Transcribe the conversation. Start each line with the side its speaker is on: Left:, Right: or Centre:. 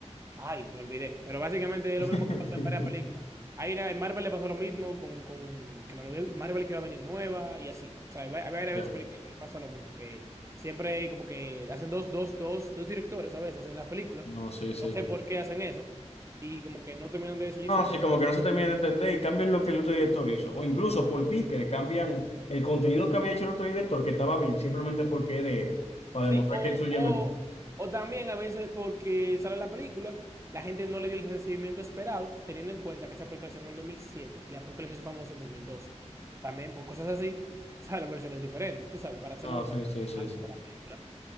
Right: Ay, me olvidé. Pero básicamente es
Left: <laughs>
Right: lo mismo que pasa en varias películas. Hay una- en Marvel le pasó lo mismo con, con que la nueva- Marvel que iba a venir nueva y así. O sea, hay va- hay varias
Left: Ya,
Right: veces
Left: ya.
Right: películas que pasa lo mismo. Que siempre como que hacen dos, dos, dos, dos directores a veces en las películas.
Left: No, sí, sí,
Right: No sé
Left: sí.
Right: por qué hacen eso. Y como que no terminan de decidirse.
Left: No, sí, como que no se termina de entender y cambian lo que el otro director hizo. O incluso por Pique, cambian el contenido que había hecho el otro director, que estaba bien, simplemente porque es de él, para
Right: Sí,
Left: demostrar
Right: o,
Left: que el suyo
Right: o,
Left: es mejor.
Right: o también a veces porque sale la película, la gente no le dio el recibimiento esperado, teniendo en cuenta que esa película salió en el 2007 y la película se hizo famosa en dos mil doce También por cosas así, salen versiones diferentes, tú sabes, para hacer
Left: No,
Right: un resumen
Left: sí, sí, sí, sí.
Right: de la película.